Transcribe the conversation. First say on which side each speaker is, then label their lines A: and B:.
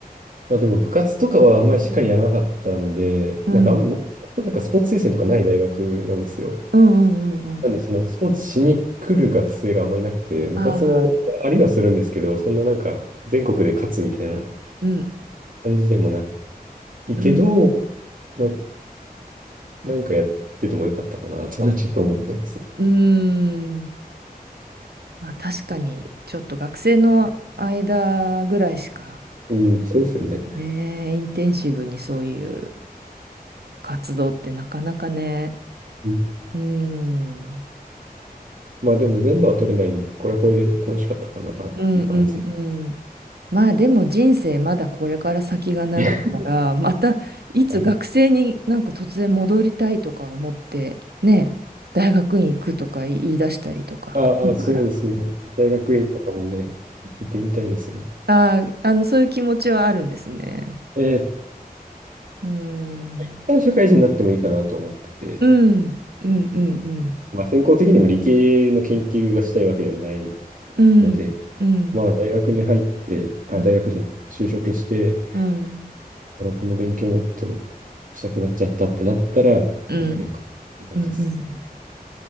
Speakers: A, on the right; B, on the right.
A: まあでも部活とかはあんまりしっかりやらなかったんで、
B: うん。
A: なんかあんま、なんかスポーツ推薦とかない大学なんですよ。
B: うんうんうんうん。
A: なんでそのスポーツしに来る学生があんまりいなくて、部活もありはするんですけど、
B: ああ。
A: そんななんか全国で勝つみたいな
B: うん
A: 感じでもないけど、
B: うん、
A: まあなんかやっててもよかったかなとはちょっと思ってますね。
B: うーん、まあ確かに、ちょっと学生の間ぐらいしか、
A: うん、そうですよね。
B: ね、インテンシブにそういう活動ってなかなかね、
A: うん、
B: うーん、
A: まあでも全部は取れないんで、これはこれで楽しかったかなっていう感じで。
B: うんうんうん。まあでも人生まだこれから先が長いから、
A: <laughs>
B: またいつ学生になんか突然戻りたいとか思って、
A: はい、
B: ね、大学院行くとか言い出したりとかあるから。
A: ああ、そうですね。大学院とかもね、行ってみたいですね。
B: ああ、あの、そういう気持ちはあるんですね。
A: えー
B: うーん。
A: 一旦社会人になってもいいかなと思ってて、
B: うん。うん。うん。
A: まあ、専攻的にも理系の研究がしたいわけではない
B: うん。
A: ので、
B: うん。
A: まあ、大学に入って、あ、
B: あ
A: 大学じゃない、就職して、
B: うん。
A: あの、この勉強もっとしたくなっちゃったってなったら考えようかっていう感じですね。
B: うん。うん。うん